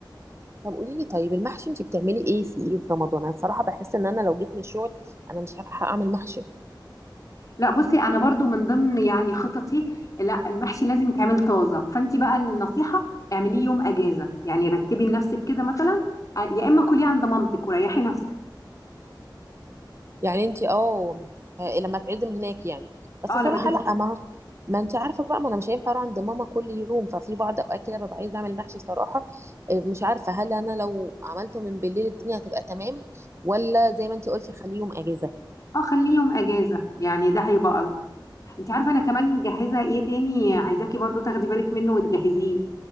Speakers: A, on the right; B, on the left.
A: طب قولي لي طيب المحشي انت بتعملي ايه في ايه في رمضان انا الصراحه بحس ان انا لو جيت من الشغل انا مش هلحق اعمل محشي
B: لا بصي انا برضو من ضمن يعني خططي لا المحشي لازم يتعمل طازه فانت بقى النصيحه اعمليه يوم اجازه يعني رتبي لنفسك كده مثلا آه، يا اما كليه عند مامتك وريحي نفسك
A: يعني انت اه آه، لما تعزم هناك يعني بس
B: اه
A: صراحه
B: لما تت...
A: لا ما ما انت عارفه بقى ما انا مش هينفع اروح عند ماما كل يوم ففي بعض اوقات كده ببقى عايزه اعمل محشي صراحه آه، مش عارفه هل انا لو عملته من بالليل الدنيا هتبقى تمام ولا زي ما انت قلتي خليه يوم اجازه
B: اه خليه يوم اجازه يعني ده هيبقى الطف انت عارفه انا كمان مجهزه ايه تاني عايزاكي برضو تاخدي بالك منه وتجهزيه